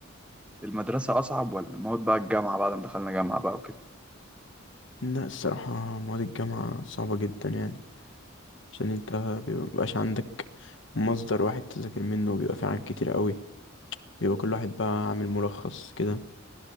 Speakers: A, in the centre; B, on the left.
A: المدرسة اصعب ولا مواد بقى الجامعة بعد ما دخلنا جامعة بقى وكده
B: لا الصراحة مواد الجامعة صعبة جدا يعني عشان انت بيبقى- مبيبقاش عندك مصدر واحد تذاكر منه وبيبقى في حاجات كتير قوي بيبقى كل واحد بقى عامل ملخص كده